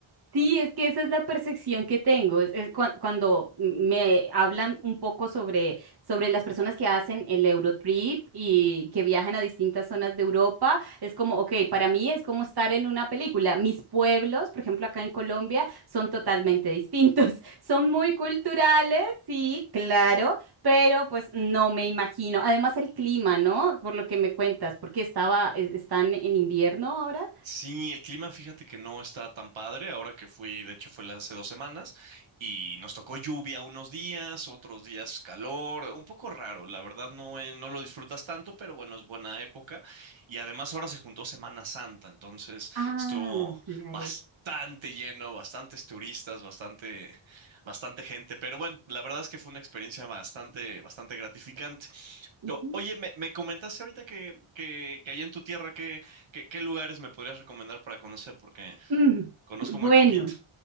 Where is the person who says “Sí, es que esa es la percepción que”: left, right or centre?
Right